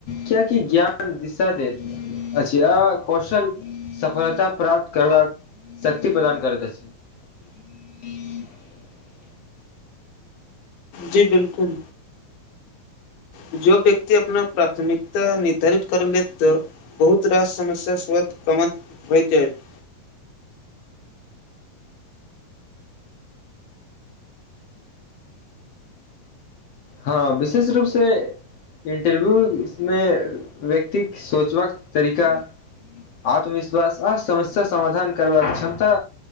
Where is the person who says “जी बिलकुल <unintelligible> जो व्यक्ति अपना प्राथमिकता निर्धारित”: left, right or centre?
Left